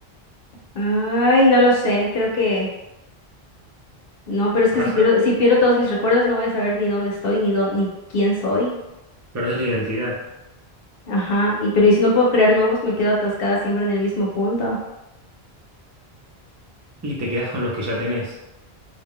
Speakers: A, on the left (about 65°); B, on the right (about 20°).
A: Ay, no lo sé, creo que no, pero es
B: pasa,
A: que si pierdo, si pierdo todos mis recuerdos, no voy a saber ni dónde estoy, ni dó- ni quién soy.
B: perdés la identidad
A: Ajá, y pero y si no puedo crear nuevos, me quedo atascada siempre en el mismo punto.
B: y te quedás con los que ya tenés.